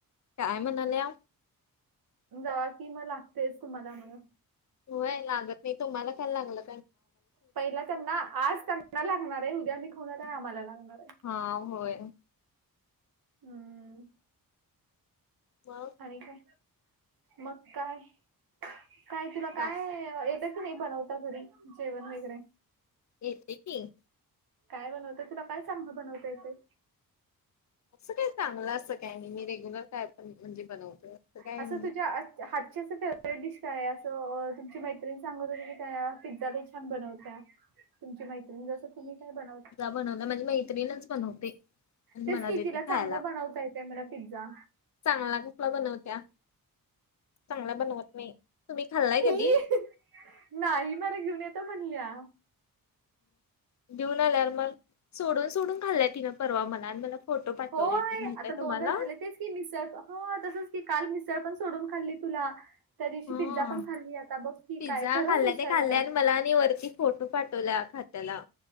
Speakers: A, on the left; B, on the right.
A: काय म्हणाल्या?
B: जावा कि म, लागतयच तुम्हाला म.
A: होय लागत नाही, तुम्हाला काल लागला
B: पहिला त्यांना, आज त्यांना लागणार आहे, उद्या आम्ही खाऊन आल्यावर आम्हाला लागणार आहे.
A: हा, होय.
B: हम्म!
A: वाऊ
B: <unintelligible> काय मग काय काय तुला
A: का
B: काय, येत कि नाही बनवता, घरी जेवण वगैरे?
A: येतय की.
B: काय बनवतय तुला काय चांगलं बनवत येतय?
A: असं काही चांगलं असं काय नाही, मी रेग्युलर काय पण म्हणजे बनवतोय. काय
B: असं
A: नाही.
B: तुझ्या हातची असं फेवरेट डिश काय आहे? असं तुमची मैतिण सांगत होते की, त्या पिझ्झा लइ छान बनवत्या. तुमची मैत्रिण जसं, तुम्ही काय बनवता?
A: बनवल, माझी मैत्रीणच बनवते. आणि
B: तेच
A: मला
B: कि,
A: देते
B: तीला
A: खायला
B: चांगलं बनवता येतय म्हण पिझ्झा.
A: चांगला कुठला बनवत्या, चांगल्या बनवत नाही. तुम्ही खाल्लाय
B: ई!
A: कधी?
B: नाही, मला घेऊन येतो म्हणल्या.
A: घेऊन आल्यावर मग, सोडून-सोडून खाल्ल्या त्या तिनं परवा मला, आणि मला फोटो पाठवली
B: होय
A: होती, माहितीय
B: आता
A: तुम्हाला?
B: दोनदा झाले तेच की मिसळ, हा, तसच की, काल मिसळ पण सोडून खाल्ली तुला. त्या दिवशी
A: हा
B: पिझ्झा पण खाल्ली, आता बघ की,
A: पिझ्झा
B: काय ठरव
A: खाल्ला
B: तूच
A: ते
B: काय
A: खाल्ले
B: करायचं?
A: आणि मला आणि वरती फोटो पाठवल्या, खात्याला,